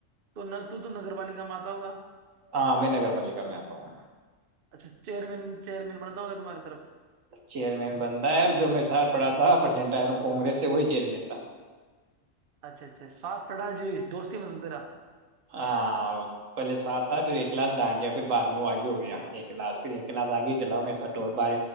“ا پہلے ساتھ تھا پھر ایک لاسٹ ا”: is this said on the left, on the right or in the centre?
Right